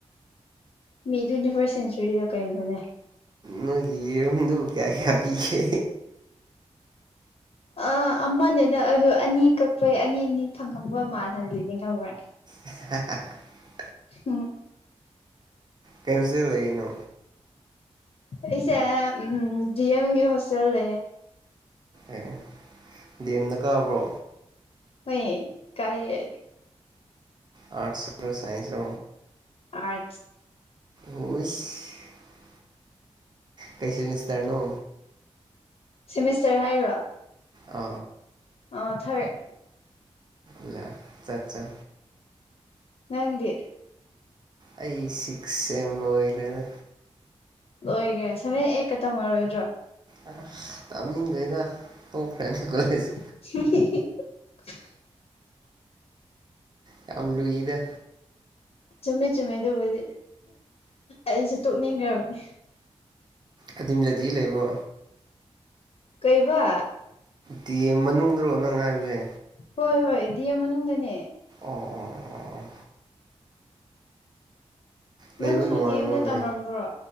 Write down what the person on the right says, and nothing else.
ꯅꯒꯤꯔꯝꯗ ꯀꯌꯥ ꯀꯌꯥ ꯄꯤꯈꯦ
<unintelligible>
ꯀꯁ ꯂꯩꯩꯅꯣ
ꯑꯦ ꯗꯅ ꯀꯕ꯭ꯔꯣ
ꯑꯔꯠꯁꯣ ꯁꯥꯏꯟꯁ
ꯍꯨꯁ ꯀꯩꯁꯨ ꯃꯤꯁ ꯇꯔꯅꯣ
ꯑ
ꯏ ꯆ ꯆ
ꯑꯩ ꯁꯤꯛꯁ ꯁꯦꯝ ꯂ ꯑꯣꯏꯈꯔꯦ
ꯑ ꯇꯝꯅꯤꯗꯦꯗ ꯄꯨꯡꯈꯔꯅꯤ ꯀꯣꯂꯁ
ꯌꯥꯝ ꯂꯨꯏꯗ
ꯑꯗꯤꯝꯖꯗꯤ ꯂꯩꯕꯣ
ꯗꯦ ꯃꯅꯨꯡꯗ꯭ꯔꯣ ꯅꯪ ꯍꯥꯏꯕꯁꯦ
ꯑꯣ ꯑꯣ ꯑꯣ ꯑꯣ ꯂꯩꯕ
ꯅꯨꯡꯉꯥꯏꯕ꯭ꯔꯣꯅꯦ